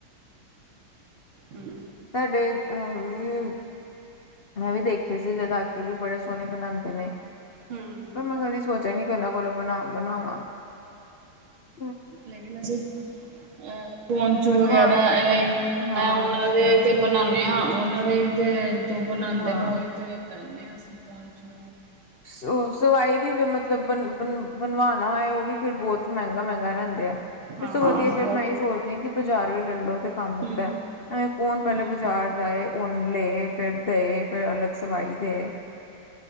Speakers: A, on the right; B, on the left.
A: ਹਮ
B: ਸਾਡੇ ਅਹ ਵੀ ਮੈਂ ਵੀ ਦੇਖੇ ਸੀ ਲਦਾਖੀ ਵੀ ਬੜੇ ਸੋਹਣੇ ਬਣਾਉਂਦੇ ਨੇ
A: ਹੂੰ
B: ਪਰ ਮੈਂ ਕਦੀ ਸੋਚ ਸੈਨਿਕੋ ਨਗੋਲ ਬ ਬਣਵਾ <unintelligible>
A: ਲੇਕਿਨ ਅਸੀਂ ਅਹ ਪੋਂਚੂ
B: ਬਣਵਾ
A: ਵਗੈਰਾ ਐ
B: ਹਾਂ
A: ਉਨਾਂ ਦੇ ਤੇ ਬਣਾਉਦੇ ਹਾਂ ਉਹਨਾਂ ਦੇ ਤੇ <unintelligible> ਜੋ ਬਣਾਉਦੇ
B: ਹਾਂ
A: ਨੇ ਉਹਹੀ ਤੇਰੇ ਪੈਂਦੇ <unintelligible> ਅਸੀਂ ਪੋਚੂ
B: ਸਵਾਈ ਵੀ ਫੇਰ ਮਤਲਬ ਬਣ ਬਣ ਬਣਵਾਨ <unintelligible> ਉਹ ਵੀ ਫਿਰ ਬਹੁਤ ਮਹਿੰਗਾ ਮਹਿੰਗਾ ਰਹਿੰਦਾ।
A: ਹਾਂ
B: ਇਸ ਤੋਂ ਵਧੀਆ ਫੇਰ
A: ਵੋ
B: ਮੈਂ ਇਹੀ ਸੋਚਦੀ ਹਾਂ ਕਿ ਬਾਜ਼ਾਰੋਂ ਲੈ ਲੋ ਕੰਮ ਮੁੱਕਦਾ
A: ਹੂੰ
B: ਐਵੇਂ ਕੌਣ ਪਹਿਲੇ
A: ਹੂੰ
B: ਬਾਜ਼ਾਰ ਜਾਏ ਉਹ ਲਏ ਫਿਰ ਦੇਏ ਫੇਰ ਅਲੱਗ ਸਵਾਈ ਦੇ <unintelligible>